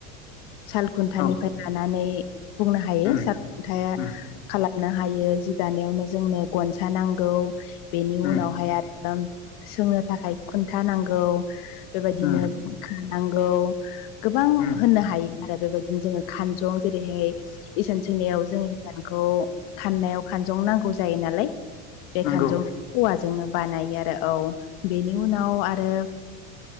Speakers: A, on the left (about 45°); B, on the left (about 75°).
A: सालखुन्थानिफ्राय
B: औ
A: लानानै बुंनो हायो
B: उम
A: सालखुनथाया
B: उम
A: खालामनो हायो जि दानायावनो जोंनो गनसा नांगौ बेनि
B: उम
A: उनावहाय आरो सोंनो थाखाय खुन्था नांगौ बेबायदिनो
B: उम
A: खानांगौ गोबां
B: उम
A: होननो हायो आरो बेबायदिनो जोङो खानजं जेरैहाय इसान सोंनायाव जों इसानखौ खाननायाव खानजं नांगौ जायो नालाय बे
B: नंगौ
A: खानजं औवाजोंनो बानायो आरो औ बेनि उनाव आरो